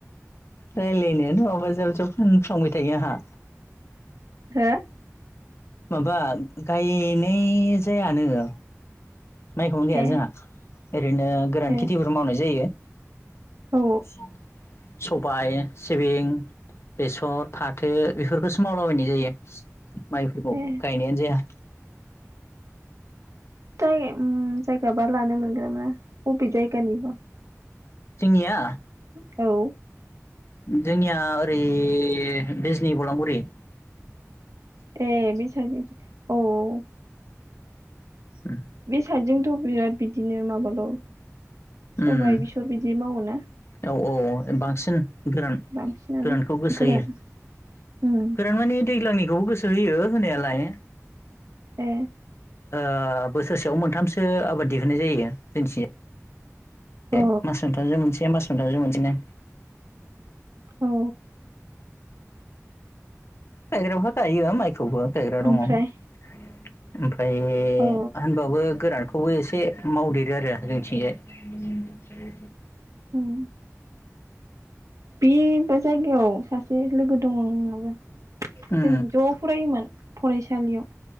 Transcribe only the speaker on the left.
राय्लायनायानो माबा जाब जाब होनफ्लांबाय थायो आंहा
माबा गायनाय जायानो माइखौनो गाया
जोंहा ओरैनो गोरान
खेथिफोर मावनाय जायो।
<inaudible> सबाय सिबिं बेसर फाथो बेफोरखौसो मावलाबायनाय जायो। माइफोरखौ
गायनायानो जाया
जोंनिया
जोंनिया ओरै बिजनि बलामगुरि
उम
उम
औ औ अ बांसिन गोरान
गोरानखौ गोसो
होयो
गोरान माने दैलांनि खौबो गोसो होयो होनायालाय
ओ बोसोरसेयाव मोनथामसो आबाद दिहुननाय जायो जोंनिथिंजाय
बे मास मोनथाम जो मोनसे ए मास मोनथामजो मोनसेनो
गायग्राफ्रा गायो माइ खौबो गायग्रा
दङ। उम फाय
होनबाबो गोरान खौबो एसे मावदेरो आरो जोंनिथिंजाय।
उम